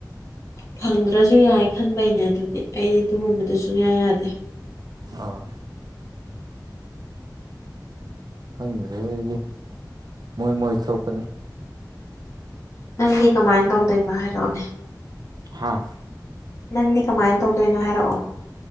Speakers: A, on the left; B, on the right.
A: ꯐꯪꯗ꯭ꯔꯁꯨ ꯌꯥꯏ ꯈꯟꯕꯩꯅꯦ ꯑꯗꯨꯗꯤ ꯑꯩꯗꯤ ꯑꯗꯨꯒꯨꯝꯕꯗꯨ ꯁꯨꯛꯌꯥ ꯌꯥꯗꯦ
B: ꯑꯣ ꯈꯪꯗ꯭ꯔꯦ ꯑꯩꯗꯤ ꯃꯣꯏ ꯃꯣꯏ ꯊꯣꯛꯄꯅꯦ
A: ꯅꯪꯗꯤ ꯀꯃꯥꯏꯅ ꯇꯧꯗꯣꯏꯕ ꯍꯥꯏꯔꯛꯑꯣꯅꯦ
B: ꯍꯥꯥ
A: ꯅꯪꯗꯤ ꯀꯃꯥꯏꯅ ꯇꯧꯗꯣꯏꯅꯣ ꯍꯥꯏꯔꯛꯑꯣ